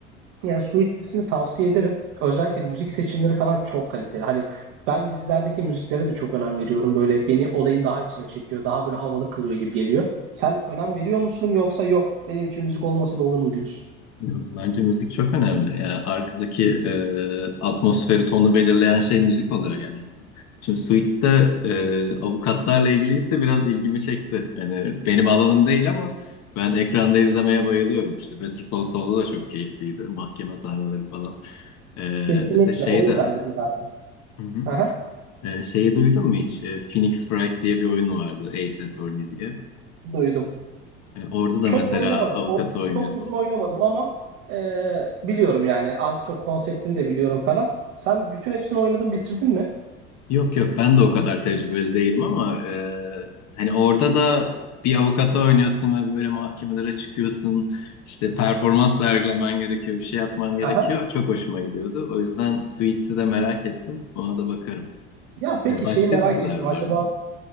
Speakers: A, on the right; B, on the left.
A: Yani Suits dizisini tavsiye ederim. Özellikle müzik seçimleri falan çok kaliteli. Hani ben dizilerdeki müziklere de çok önem veriyorum. Böyle beni olayın daha içine çekiyor. Daha böyle havalı kılıyor gibi geliyor. Sen önem veriyor musun yoksa yok benim için müzik olması da olur mu diyorsun?
B: Yok, bence müzik çok önemli. Yani arkadaki e, atmosferi, tonu belirleyen şey müzik oluyor genelde. Şimdi Suits'te e, avukatlarla ilgiliyse biraz ilgimi çekti. Yani benim alanım değil ama ben ekranda izlemeye bayılıyorum. İşte Better Call Saul'da da çok keyifliydi. Mahkeme sahneleri falan. E,
A: Kesinlikle
B: mesela şey
A: o yüzden
B: de
A: dedim zaten.
B: Hı hı.
A: Aha,
B: E, şeyi duydun mu hiç? E, Phoenix Wright diye bir oyun vardı. Ace Attorney diye.
A: duydum.
B: E, orada da
A: Çok
B: mesela
A: oynamadım.
B: avukatı
A: O
B: oynuyorsun.
A: çok uzun oynamadım ama e, biliyorum yani az çok konseptini de biliyorum falan. Sen bütün hepsini oynadın, bitirdin mi?
B: Yok yok ben de o kadar tecrübeli değilim ama e, hani orada da bir avukata oynuyorsun ve böyle mahkemelere çıkıyorsun. İşte performans sergilemen gerekiyor, bir şey yapman gerekiyor.
A: Aha.
B: Çok hoşuma gidiyordu. O yüzden Suits'i de merak ettim. Ona da bakarım.
A: Ya peki
B: E, başka
A: şeyi merak
B: diziler
A: ettim.
B: var
A: Acaba
B: mı?